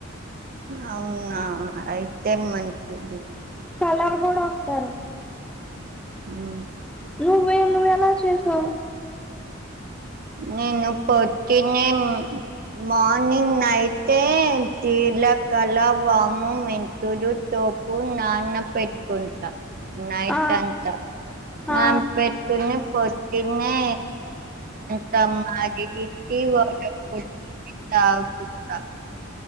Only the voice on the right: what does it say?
అవునా అయితే మంచిది
ఉ
నేను పొట్టినే మార్నింగ్ నైతే చే జిలకల వాము మెంతుడు తోపు నానపెట్టుకుంటా నైట్
అంతా
నాన్ పెట్టుకుని పొద్దునే తం నానబెట్టి పొద్దున్నే తాగుత